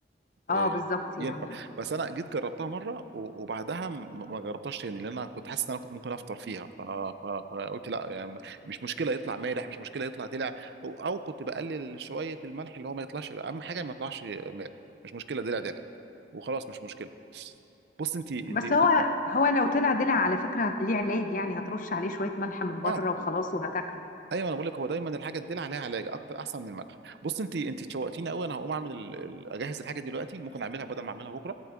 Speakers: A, on the right; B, on the left.
A: إيه،
B: اه بالظبط
A: ينفع
B: يعني
A: بس انا جيت جربتها مره و- وبعدها م- ما جربتهاش تاني لان انا كنت حاسس ان انا كنت ممكن افطر فيها ف- ف- فقلت لا يعني مش مشكله يطلع مالح مش مشكله يطلع دلع او أو كنت بقلل شويه الملح اللي هو ما يطلعش اهم حاجه ما يطلعش مالح مش مشكله دلع دلع وخلاص مش مشكله بص انت انت
B: بس هو هو لو طلع دلع على فكره ليه علاج يعني هترش عليه شويه ملح من بره
A: اه
B: وخلاص وهتاكله
A: ايوه انا بقول لك هو دايما الحاجه تدل عليها علاج اكتر احسن من الملح بص انت انت تشوقتيني قوي انا هقوم اعمل ال... ال- اجهز الحاجه دلوقتي ممكن اعملها بدل ما اعملها بكره